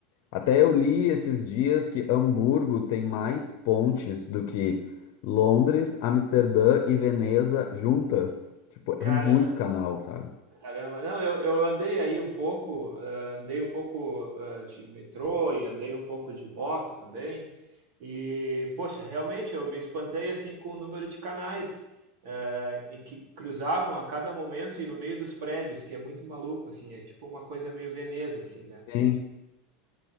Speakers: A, on the left (about 60°); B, on the right (about 65°).
A: Até eu li esses dias que Hamburgo tem mais pontes do que Londres, Amsterdã e Veneza juntas. Tipo,
B: Caramba,
A: é muito canal, sabe?
B: caramba. Não, eu, eu andei aí um pouco, ah, andei um pouco ah, de metrô e andei um pouco de moto também. E, poxa, realmente eu me espantei assim com o número de canais eh, e que cruzavam a cada momento e no meio dos prédios, que é muito maluco, assim, é tipo uma coisa meio Veneza, assim, né?
A: Sim.